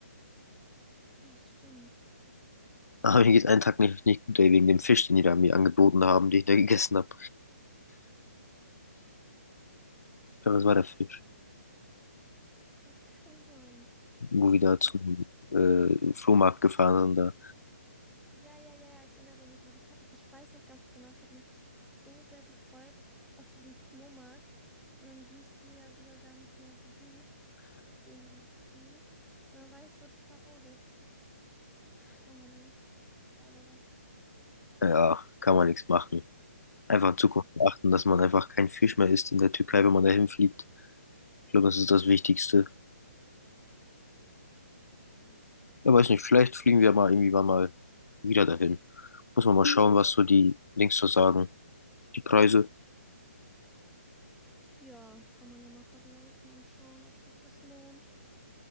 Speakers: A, in the centre; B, on the left.
A: Ja, stimmt.
B: <laughs> Aber mir geht's einen Tag nicht, nicht gut, ey, wegen dem Fisch, den die da mir angeboten haben, den ich da gegessen habe. Ich glaube, das war der Fisch.
A: Das <laughs> kann sein.
B: wo wir da
A: Das
B: zum äh, Flohmarkt gefahren sind, da,
A: Ja, ja, ja, ja, ich erinnere mich noch. Ich hab, ich weiß noch ganz genau, ich habe mich so sehr gefreut auf diesen Flohmarkt. Und dann ging es dir ja sogar gar nicht mehr so gut wegen dem Knie. Und dann war ich so traurig. Oh Mann, ey. Ja, Aber was?
B: ja, kann man nichts machen. Einfach in Zukunft
A: Ja.
B: achten, dass man einfach kein Fisch mehr isst in der Türkei, wenn man dahin fliegt. Ich glaube, das ist das Wichtigste.
A: Ja.
B: Ja, weiß nicht, vielleicht fliegen wir mal irgendwie wann mal wieder dahin. Muss man mal schauen, was so die Links so sagen. Die Preise,
A: Ja, kann man ja mal vergleichen und schauen, ob sich das lohnt.